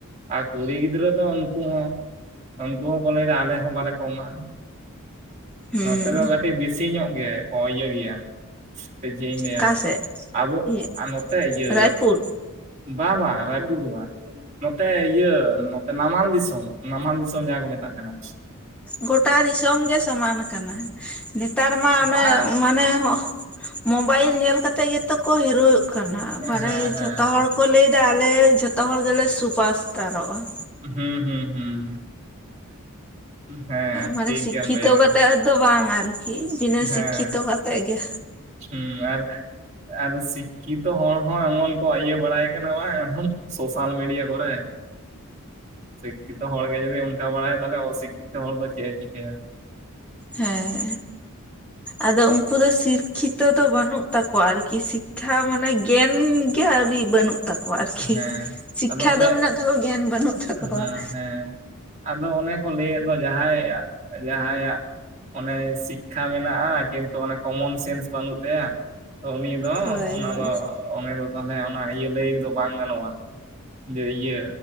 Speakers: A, on the right; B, in the centre.
A: ᱟᱨ ᱠᱩᱲᱤ ᱜᱤᱫᱽᱨᱟᱹ ᱫᱚ ᱩᱱᱠᱩ ᱦᱚᱸ ᱩᱱᱠᱩ ᱦᱚᱸᱠᱚ ᱞᱟᱹᱭ ᱫᱟ ᱟᱞᱮ ᱦᱚᱸ ᱵᱟᱞᱮ ᱠᱚᱢᱟ ᱾
B: ᱦᱩᱸ
A: ᱱᱚᱛᱮ ᱫᱚ ᱠᱟᱹᱴᱤᱡ ᱵᱤᱥᱤ ᱧᱚᱜ ᱜᱮ ᱠᱚ ᱤᱭᱟᱹ ᱜᱮᱭᱟ ᱪᱮᱫ ᱤᱧ ᱞᱟᱹᱭᱟ
B: ᱚᱠᱟ ᱥᱮᱫ
A: ᱟᱵᱚ
B: ᱤᱭᱟᱹ
A: ᱟᱨ ᱱᱚᱛᱮ ᱤᱭᱟᱹ
B: ᱨᱟᱭᱯᱩᱨ
A: ᱵᱟ ᱵᱟᱝ ᱨᱟᱭᱯᱩᱨ ᱫᱚ ᱵᱟᱝ ᱱᱚᱛᱮ ᱤᱭᱟᱹ ᱱᱚᱛᱮ ᱱᱟᱢᱟᱞ ᱫᱤᱥᱚᱢ ᱱᱟᱢᱟᱞ ᱫᱤᱥᱚᱢ ᱡᱟᱦᱟᱸ ᱠᱚ ᱢᱮᱛᱟᱜ ᱠᱟᱱᱟ ᱾
B: ᱜᱚᱴᱟ ᱫᱤᱥᱚᱢ ᱜᱮ ᱥᱚᱢᱟᱱ ᱟᱠᱟᱱᱟ ᱱᱮᱛᱟᱨ ᱢᱟ ᱚᱱᱮ
A: ᱦᱮᱸ
B: ᱢᱟᱱᱮ ᱢᱳᱵᱟᱭᱤᱞ ᱧᱮᱞ ᱠᱟᱛᱮᱜ ᱜᱮᱛᱚ ᱠᱚ ᱦᱤᱨᱚᱜ ᱠᱟᱱᱟ
A: ᱦᱮᱸ
B: <unintelligible> ᱡᱚᱛᱚ ᱡᱚᱛᱚ ᱦᱚᱲ ᱠᱚ ᱞᱟᱹᱭ ᱮᱫᱟ ᱟᱞᱮ ᱡᱷᱚᱛᱚ ᱦᱚᱲ ᱜᱮᱞᱮ ᱥᱩᱯᱟᱥᱴᱟᱨᱚᱜᱼᱟ ᱾
A: ᱦᱩᱸ ᱦᱩᱸ ᱦᱩᱸ ᱦᱮᱸ
B: ᱢᱟᱱᱮ
A: ᱴᱷᱤᱠ
B: ᱥᱤᱠᱠᱷᱤᱛᱚ
A: ᱜᱮᱭᱟᱢ ᱞᱟᱹᱭ ᱠᱟᱫᱟ
B: ᱠᱟᱛᱮ ᱫᱚ ᱵᱟᱝ ᱟᱨᱠᱤ ᱵᱤᱱᱟᱹ
A: ᱦᱮᱸ
B: ᱥᱤᱠᱠᱷᱤᱛᱚ ᱠᱟᱛᱮ ᱛᱮᱜ ᱜᱮ
A: ᱦᱩᱸ ᱟᱨ <inaudible> ᱟᱨ ᱥᱤ ᱠᱤ ᱛᱚ ᱦᱚᱲ ᱦᱚᱸ ᱮᱢᱚᱱ ᱠᱚ ᱤᱭᱟᱹ ᱵᱟᱲᱟᱭ ᱠᱟᱱᱟ ᱵᱟᱝ ᱥᱳᱥᱟᱞ ᱢᱤᱰᱤᱭᱟ ᱠᱚᱨᱮ ᱥᱤᱠᱠᱷᱤᱛᱚ ᱦᱚᱲ ᱜᱮ ᱡᱩᱫᱤ ᱚᱱᱠᱟ ᱵᱟᱲᱟᱭᱟ ᱛᱟᱦᱚᱞᱮ ᱚᱥᱤᱠᱠᱷᱤᱛᱚ ᱦᱚᱲ ᱫᱚ ᱪᱮᱫ ᱮ ᱪᱤᱠᱟᱹᱭᱟ᱾
B: ᱦᱮᱸ ᱟᱫᱚ ᱩᱱ ᱩᱱᱠᱩ ᱫᱚ ᱥᱤᱠᱠᱷᱤᱛᱚ ᱫᱚ ᱵᱟᱹᱱᱩᱜ ᱛᱟᱠᱚᱣᱟ ᱟᱨᱠᱤ ᱥᱤᱠᱠᱷᱟ ᱢᱟᱱᱮ ᱜᱮᱭᱱ ᱜᱮ ᱟᱹᱣᱨᱤ ᱵᱟᱹᱱᱩᱜ᱾ ᱛᱟᱠᱚᱣᱟ ᱟᱨᱠᱤ
A: ᱦᱮᱸ
B: ᱥᱤᱠᱠᱷᱟ
A: ᱟᱫᱚ ᱚᱱᱮ
B: ᱫᱚ ᱢᱮᱱᱟᱜ ᱛᱟᱠᱚ ᱜᱮᱭᱟᱱ ᱵᱟᱹᱱᱩᱜ ᱛᱟᱠᱚᱣᱟ
A: ᱦᱮᱸ
B: ᱾
A: ᱦᱮᱸ ᱟᱫᱚ ᱚᱱᱮ ᱠᱚ ᱞᱟᱹᱭ ᱮᱫ ᱫᱚ ᱡᱟᱦᱟᱸᱟᱭ ᱡᱟᱦᱟᱸᱭᱟᱜ ᱚᱱᱮ ᱥᱤᱠᱠᱷᱟ ᱢᱮᱱᱟᱜᱼᱟ, ᱠᱤᱱᱛᱩ ᱚᱱᱮ ᱠᱚᱢᱚᱱ ᱥᱮᱱᱥ ᱵᱟᱹᱱᱩᱜ ᱛᱟᱭᱟ ᱛᱚ ᱩᱱᱤᱼᱼ ᱫᱚ
B: ᱦᱳᱭ
A: ᱚᱱᱟ
B: ᱦᱳᱭ
A: ᱫᱚ ᱚᱱᱮ ᱫᱚ ᱫᱚᱢᱮ ᱚᱱᱟ ᱤᱭᱟᱹ ᱞᱟᱹᱭ ᱫᱚ ᱵᱟᱝ ᱜᱟᱱᱚᱜᱼᱟ ᱡᱮ ᱤᱭᱟᱹ,